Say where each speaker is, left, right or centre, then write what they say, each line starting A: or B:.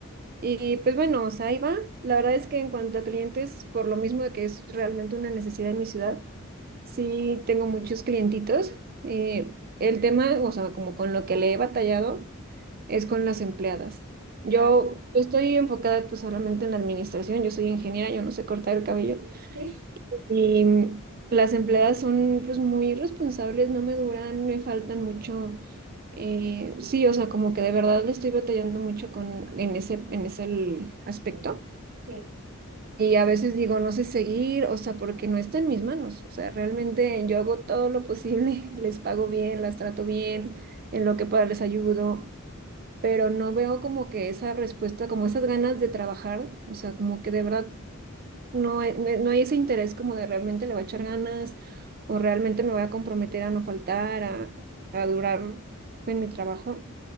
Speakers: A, on the right; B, on the right.
A: y pues bueno, o sea, ahí va. La verdad es que en cuanto a clientes, por lo mismo de que es realmente una necesidad en mi ciudad, sí tengo muchos clientitos. Eh, el tema, o sea, como con lo que le he batallado es con las empleadas. Yo
B: claro,
A: estoy enfocada pues solamente en la administración, yo soy ingeniera, yo no sé cortar el cabello
B: <laughs> sí,
A: y mm, las empleadas son pues muy responsables, no me duran, me faltan mucho. eh, sí, o sea, como que de verdad le estoy batallando mucho con, en ese, en ese el aspecto.
B: sí.
A: Y a veces digo, no sé seguir, o sea, porque no está en mis manos. O sea, realmente yo hago todo lo posible, <laughs> les pago bien, las trato bien, en lo que pueda les ayudo pero no veo como que esa respuesta, como esas ganas de trabajar, o sea, como que de verdad no hay, no no hay ese interés como de realmente le voy a echar ganas o realmente me voy a comprometer a no faltar, a, a durar en mi trabajo.